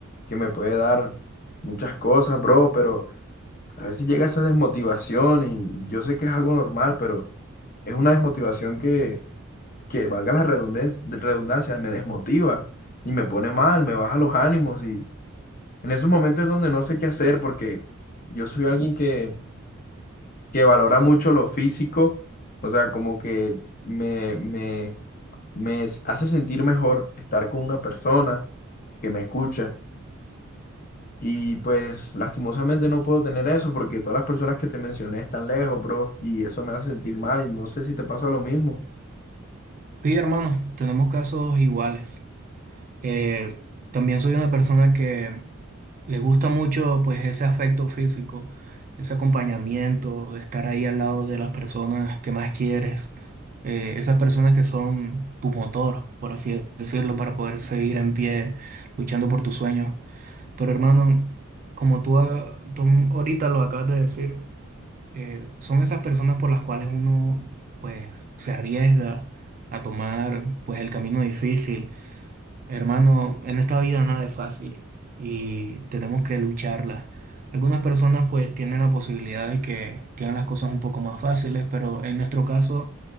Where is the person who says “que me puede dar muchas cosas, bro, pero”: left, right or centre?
Left